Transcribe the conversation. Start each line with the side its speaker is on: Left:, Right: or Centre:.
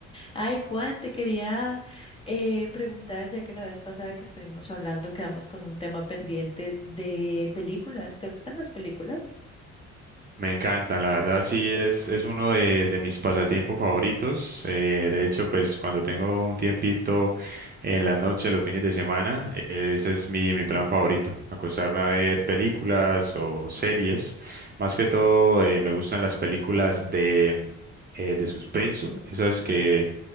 Left: Ay, Juan, te quería eh, preguntar, ya que la vez pasada que estuvimos hablando, quedamos con un tema pendiente de películas. ¿Te gustan las películas?
Right: Me encantan, la verdad, sí, es, es uno de, de mis pasatiempos favoritos. Eh, de hecho, pues cuando tengo un tiempito en la noche, los fines de semana, eh, ese es mi, mi plan favorito. Acostarme a ver películas o series. Más que todo, eh, me gustan las películas de, eh, de suspenso, esas que